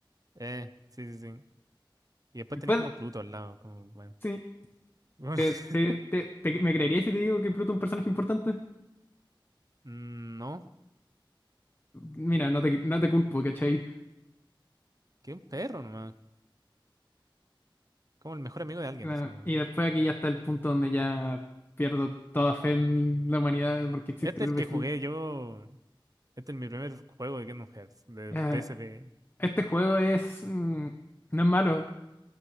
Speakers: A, on the right; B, on the left.
A: eh, sí, sí, sí. Y después
B: Después,
A: tenéis como Pluto al lado, como, bueno.
B: sí,
A: <laughs>
B: te, te- te- te- ¿me creerías si te digo que Pluto es un personaje importante?
A: Mm, No,
B: Mira, no te, no te culpo, ¿cachai?
A: que un perro nomás, como el mejor amigo de alguien,
B: Bueno,
A: así como...
B: y después aquí ya está el punto donde ya pierdo toda fe en la humanidad porque existe
A: Este es
B: el
A: el
B: Basilisk.
A: que jugué yo, este es mi primer juego de Kingdom Hearts, de
B: Eh,
A: PSP.
B: este juego es... mm, no es malo.